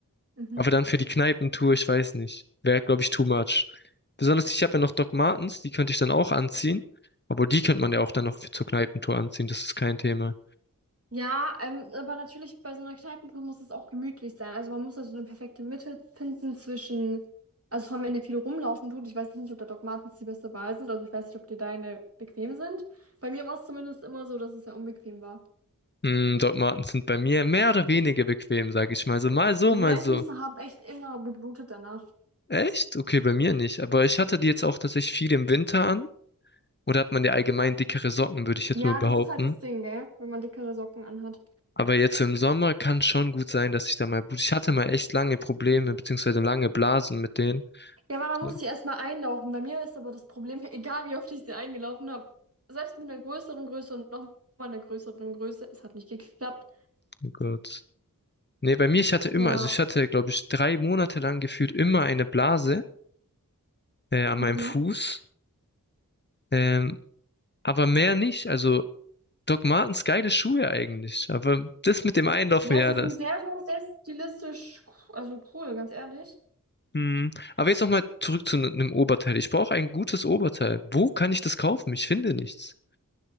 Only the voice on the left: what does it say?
Aber dann für die Kneipentour, ich weiß nicht. Wäre, glaube ich, too much. Besonders, ich habe ja noch Doc Martens, die könnte ich dann auch anziehen. Obwohl, die könnte man ja auch dann noch für zur Kneipentour anziehen, das ist kein Thema.
Hm, Doc Martens sind bei mir mehr oder weniger bequem, sage ich mal. So mal so,
mal
so.
Echt? Okay, bei mir nicht. Aber ich hatte die jetzt auch tatsächlich viel im Winter an. Oder hat man ja allgemein dickere Socken, würde ich jetzt
mal behaupten.
Aber jetzt so im Sommer kann schon gut sein, dass ich da mal Blut. Ich hatte mal echt lange Probleme, beziehungsweise lange Blasen mit denen.
Ja,
Oh Gott. Nee, bei mir, ich hatte immer,
also ich hatte, glaube ich, drei Monate lang gefühlt immer eine Blase äh, an
meinem Fuß. Ähm, aber mehr nicht. Also Doc Martens, geile Schuhe eigentlich. Aber das mit dem Einlaufen,
ja,
das.
Hm. Aber jetzt nochmal zurück zu einem Oberteil. Ich brauche ein gutes Oberteil. Wo kann ich das kaufen? Ich finde nichts.